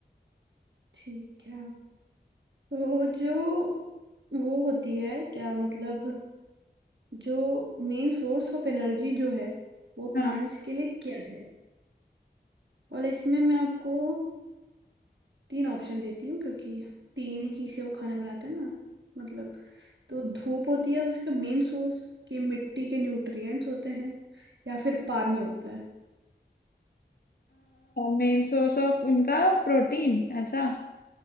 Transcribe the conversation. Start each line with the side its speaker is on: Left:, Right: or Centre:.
Right: ठीक है तो जो वो होती है क्या मतलब जो मेन सोर्स ऑफ एनर्जी जो है वो प्लांट्स
Left: हाँ
Right: के लिए क्या है और इसमें मैं आपको तीन ऑप्शन देती हूँ क्योंकि तीन ही चीज से वो खाना बनाते हैं ना मतलब तो धूप होती है उसका मेन सोर्स कि मिट्टी के न्यूट्रिएंट्स होते हैं या फिर पानी होता है
Left: मेन सोर्स ऑफ उनका प्रोटीन ऐसा